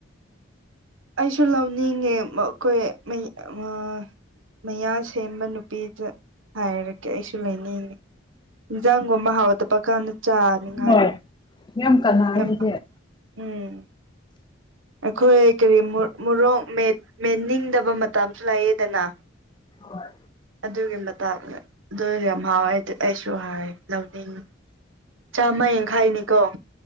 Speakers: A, on the right; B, on the left.
A: ꯑꯩꯁꯨ ꯂꯧꯅꯤꯡꯉꯦ ꯃꯈꯣꯏ ꯃꯌꯥ ꯉ ꯃꯌꯥꯝ ꯁꯦꯝꯕ ꯅꯨ ꯄꯤꯗ ꯍꯥꯏꯔꯛꯀꯦ ꯑꯩꯁꯨ ꯂꯩꯅꯤꯡꯉꯤ ꯏꯟꯖꯥꯡꯒꯨꯝꯕ ꯍꯥꯎ ꯗꯕꯀꯥꯟꯗ ꯆꯥꯅꯤꯡꯉꯥꯏ
B: ꯍꯣꯏ ꯌꯥꯝ ꯀꯅꯥꯏ
A: ꯌꯥꯝ
B: ꯍꯧꯖꯤꯛ
A: ꯑ ꯎꯝ ꯑꯩꯈꯣꯏ ꯀꯔꯤ ꯃꯣ ꯃꯣꯔꯣꯛ ꯃꯦꯠ ꯃꯦꯠꯅꯤꯡꯗꯕ ꯃꯇꯝ ꯂꯩꯌꯦꯗꯅ
B: ꯍꯣꯏ
A: ꯑꯗꯨꯒꯤ ꯃꯇꯥꯡꯗ ꯑꯗꯨ ꯌꯥꯝ ꯍꯥꯎꯋꯦ ꯑꯩꯁꯨ ꯍꯥꯏ ꯂꯧꯅꯤꯡ ꯆꯥꯝꯃ ꯌꯦꯡꯈꯥꯏꯅꯤꯀꯣ